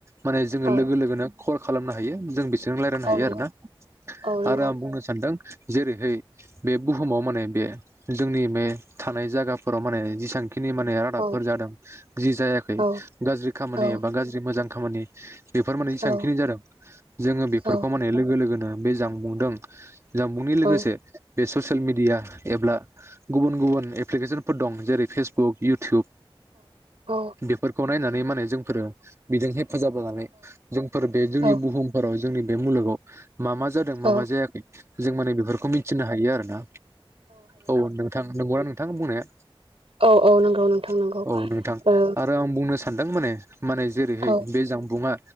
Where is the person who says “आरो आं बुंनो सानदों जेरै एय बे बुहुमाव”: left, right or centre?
Right